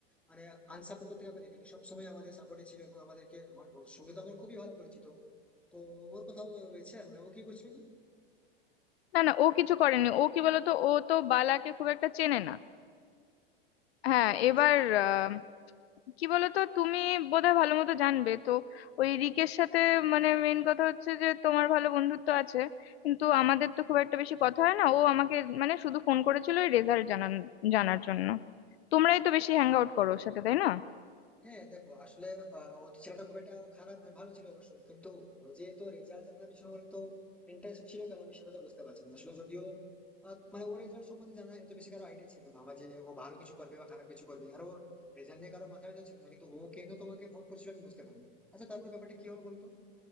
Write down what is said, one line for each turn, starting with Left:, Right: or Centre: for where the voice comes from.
Centre: মানে আনসাপোর্ট করতে কাউকে দেখিনি সবসময় আমাদের সাপোর্টে ছিল এবং আমাদেরকে আমার ওর সঙ্গে তো আমার খুবই ভালো পরিচিত তো ওর কোথাও রয়েছে আর মানে ও কি করছিল কি?
Left: না না ও কিছু করেনি ও কি বলতো ও তো বালাকে খুব একটা চেনে না হ্যাঁ এবার
Centre: ও শিল্পী।
Left: আহ, কি বলতো তুমি বোধহয় ভালো মতো জানবে তো ওই রিকের সাথে মানে মেন কথা হচ্ছে যে তোমার ভালো বন্ধুত্ব আছে কিন্তু আমাদের তো খুব একটা বেশি কথা হয় না ও আমাকে মানে শুধু ফোন করেছিল ওই রেজাল্ট জানান জানার জন্য তোমরাই তো বেশি হ্যাং আউট করো ওর সাথে তাই না
Centre: হ্যাঁ দেখো আসলে আহ, ও তো ছেলেটা খুব একটা খারাপ নয় ভালো ছিল অবশ্যই কিন্তু ও যে তো রেজাল্ট জানার পিছনে ওর তো ইন্টারেস্ট ছিল কেন আমি সেটা তো বুঝতে পারছি না আসলে যদিও আহ, মানে ওর রেজাল্ট সম্বন্ধে জানা এত বেশি কারো আইডিয়া ছিল না আমার যে ও ভালো কিছু করবে বা খারাপ কিছু করবে আর ওর রেজাল্ট নিয়ে কারো মাথায় ব্যথা ছিল না কিন্তু ও কেন তোমাকে ফোন করছিল আমি বুঝতে পারিনি আচ্ছা তারপরে ব্যাপারটা কি হলো বলতো